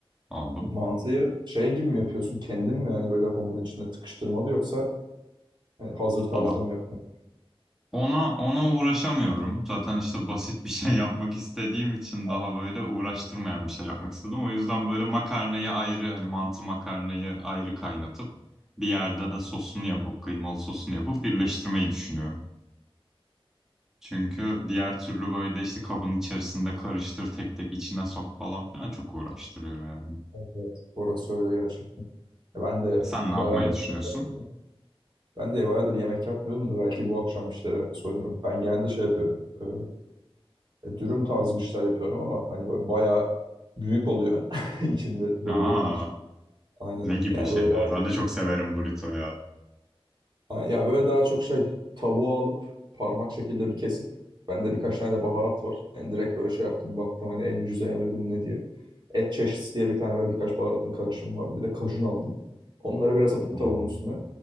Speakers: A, in the centre; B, on the right.
A: aldım.
B: Mantıyı şey gibi mi yapıyorsun? Kendin mi yani böyle hamurun içinde tıkıştırmalı yoksa hani hazır tarzda
A: Valla
B: mı yapmayı?
A: Ona ona uğraşamıyorum. Zaten işte basit bir şey yapmak istediğim için
B: Ha,
A: daha böyle uğraştırmayan
B: anladım.
A: bir şey yapmak istedim. O yüzden böyle makarnayı ayrı hani mantı makarnayı ayrı kaynatıp bir yerde de sosunu yapıp kıymalı sosunu yapıp birleştirmeyi düşünüyorum. Çünkü diğer türlü böyle işte kabın içerisinde karıştır tek tek içine sok falan filan çok uğraştırıyor yani.
B: evet, evet. Orası öyle gerçekten. Ya Ben de
A: Sen
B: bayağıdır
A: ne yapmayı
B: yemek
A: düşünüyorsun?
B: yapmıyordum. Ben de bayağıdır yemek yapmıyordum da belki bu akşam bir şeylere soyunurum. Ben genelde şey yapıyorum. Ee, e, dürüm tarzı bir şeyler yapıyorum ama hani böyle bayağı büyük oluyor. <laughs> içinde dolu
A: Aa,
B: olduğu için. Aynen.
A: ne gibi
B: Yani
A: şeyler?
B: böyle daha
A: Ben de çok severim burrito ya.
B: Ha, Ya böyle daha çok şey tavuğu alıp parmak şekilde bir kesip bende birkaç tane de baharat var. Yani direkt böyle şey yaptım baktım hani en ucuza en uygun ne diye. Et çeşnisi diye bir tane ve birkaç baharatın karışımı vardı. Bir de kajun aldım. Onları biraz atıp
A: Oo,
B: tavuğun üstüne.